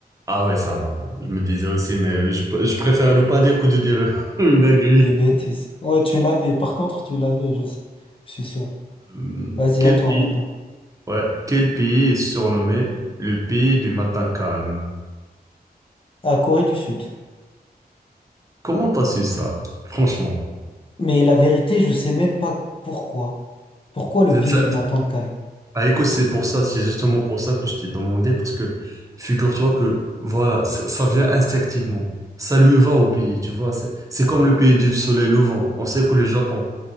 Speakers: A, on the right; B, on the left.
A: Ah ouais, Saint-Martin, je me disais aussi, mais je, je préfère ne pas dire que de dire <laughs> une dinguerie.
B: des bêtises. Ouais, tu l'avais, par contre, tu l'avais, je sais. Je suis sûr.
A: Hum,
B: Vas-y,
A: Quel
B: à toi
A: pays,
B: maintenant.
A: ouais, quel pays est surnommé le pays du matin calme?
B: À Corée du Sud.
A: Comment t'as su ça, franchement?
B: Mais la vérité, je sais même pas pourquoi. Pourquoi le
A: C'est-
B: pays
A: ça-
B: du matin calme?
A: Ah, écoute, c'est pour ça, c'est justement pour ça que je t'ai demandé, parce que figure-toi que, voilà, ça, ça vient instinctivement. Ça lui va au pays, tu vois. C'est, c'est comme le pays du soleil levant. On sait que le Japon,